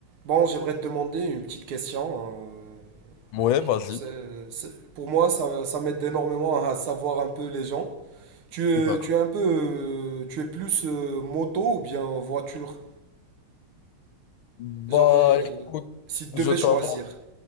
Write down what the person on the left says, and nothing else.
Ouais, vas-y.
D'accord.
Bah,
écoute,
je t'avoue,